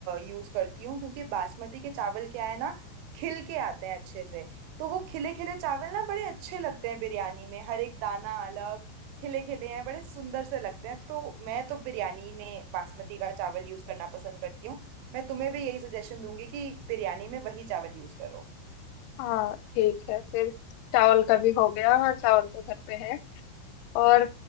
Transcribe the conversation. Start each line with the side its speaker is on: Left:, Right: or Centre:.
Right: यूज करती हूँ क्योंकि बासमती के चावल क्या है ना खिल के आते हैं अच्छे से तो वो खिले खिले चावल ना बड़े अच्छे लगते हैं बिरयानी में हर एक दाना अलग खिले खिले हैं बड़े सुंदर से लगते हैं तो मैं तो बिरयानी में बासमती का चावल यूज करना पसंद करती हूँ मैं तुम्हें भी यही सजेशन दूंगी कि बिरयानी में वही चावल यूज करो
Left: हाँ ठीक है फिर चावल का भी हो गया हाँ चावल तो घर पे है और